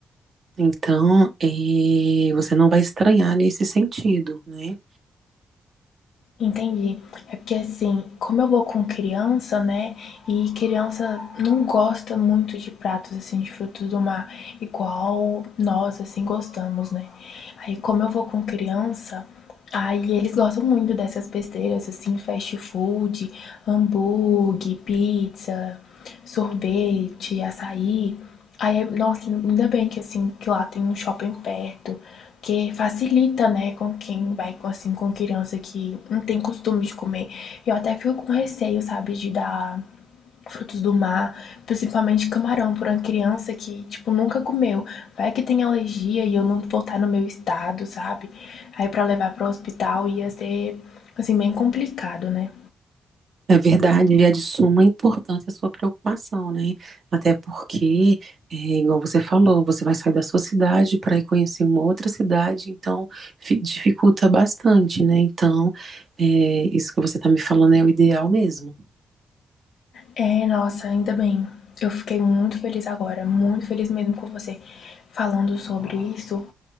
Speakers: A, on the right; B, on the left.
A: Então, eh, você não vai estranhar nesse sentido, né?
B: Entendi. É porque assim, como eu vou com criança, né? E criança não gosta muito de pratos assim de frutos do mar, igual nós assim gostamos, né? Aí como eu vou com criança, aí eles gostam muito dessas besteiras assim, fast food, hambúrguer, pizza, sorvete, açaí. Aí, nossa, ainda bem que assim, que lá tem um shopping perto. Que facilita, né, com quem vai, com, assim, com criança que não tem costume de comer. Eu até fico com receio, sabe, de dar frutos do mar, principalmente camarão, para uma criança que, tipo, nunca comeu. Vai que tem alergia e eu não voltar no meu estado, sabe? Aí para levar para o hospital ia ser, assim, bem complicado, né?
A: É verdade, e é de suma importância a sua preocupação, né? Até porque, é, igual você falou, você vai sair da sua cidade para ir conhecer uma outra cidade, então fi- dificulta bastante, né? Então, é, isso que você está me falando é o ideal mesmo.
B: É, nossa, ainda bem. Eu fiquei muito feliz agora, muito feliz mesmo com você falando sobre isso,